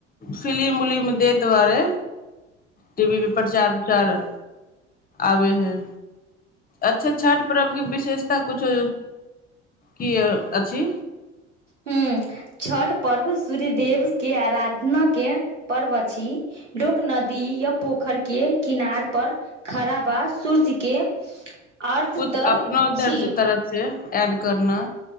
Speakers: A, on the left; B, on the right.
A: फिलिम उलिम देत बारे। टवी पर प्रचार उचार। आबे हैं। अच्छा छठि पर्वके विशेषता किछो की अछि।
B: ह छठ पर्व सूर्य देव के आराधना के पर्व अछि लोक नदी या पोखर के किनार पर खड़ा बा सूर्य के। अर्ध
A: कुछ
B: तय
A: अपनो इधर
B: छी
A: से तरफ से। एड करना